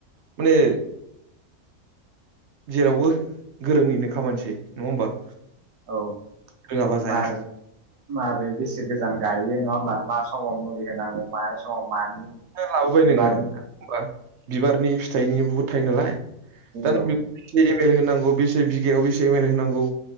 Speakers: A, on the right (about 55°); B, on the right (about 85°).
A: माने जेरावबो गोरोंनिनो खामानिसै नङा होमबा
B: औ
A: रोङाबा जाया
B: मारै माब्रै बेसे गोजान गायो नङा होमबा मास समाव मुलि होनांगौ मानो समाव मानि
A: लाबोबाय
B: बिबारनि
A: नोङो होमबा बिबारनि फिथाइनि बहुद थायो नालाय दा नों
B: औ
A: बेखौ <unintelligible> होनांगौ बेसे बिघायाव बेसे एम एल होनांगौ